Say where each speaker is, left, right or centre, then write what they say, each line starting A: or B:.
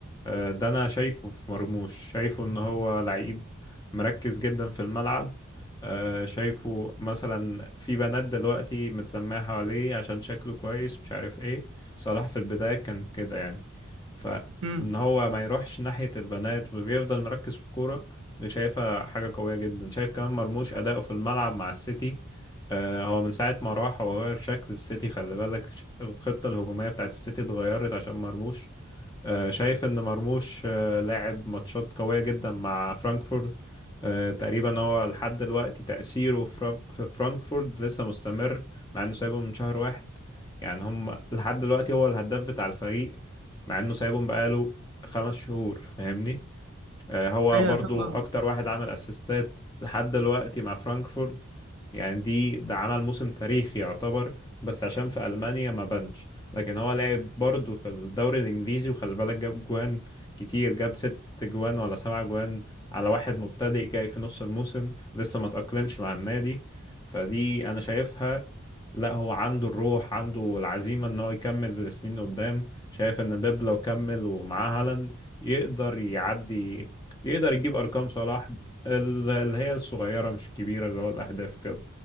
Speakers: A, on the left; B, on the right.
A: آه، ده أنا شايفه في مرموش شايفه إن هو لعيب مركز جدا في الملعب آه، شايفه مثلا في بنات دلوقتي متلمعة حواليه عشان شكله كويس مش عارف ايه صلاح في البداية كان كده يعني فإن
B: امم
A: هو ما يروحش ناحية البنات وبيفضل مركز في الكورة دي شايفها حاجة قوية جدا شايف كمان مرموش أداؤه في الملعب مع السيتي آه، هو من ساعة ما راح هو غير شكل السيتي خلي بالك ش- الخطة الهجومية بتاعت السيتي اتغيرت عشان مرموش آه، شايف ان مرموش آه، لاعب ماتشات قوية جدا مع فرانكفورت آه، تقريبا هو لحد دلوقتي تأثيره في فرا- في فرانكفورت لسه مستمر مع انه سايبهم من شهر واحد يعني هم لحد دلوقتي هو الهداف بتاع الفريق مع انه سايبهم بقاله خمس شهور فاهمني آه، هو
B: ايوه
A: برضو
B: فاهم قصدي
A: اكتر واحد عمل اسيستات لحد دلوقتي مع فرانكفورت يعني دي ده عمل موسم تاريخي يعتبر بس عشان في المانيا ما بانش لكن هو لعب برضو في الدوري الانجليزي وخلي بالك جاب جوان كتير جاب ست جوان ولا سبع جوان على واحد مبتدئ جاي في نص الموسم لسه ما تأقلمش مع النادي فدي انا شايفها لا هو عنده الروح عنده العزيمة ان هو يكمل لسنين قدام شايف ان بيب لو كمل ومعاه هالاند يقدر يعدي يقدر يجيب ارقام صلاح ال- اللي هي الصغيره مش الكبيره اللي هو الاهداف كده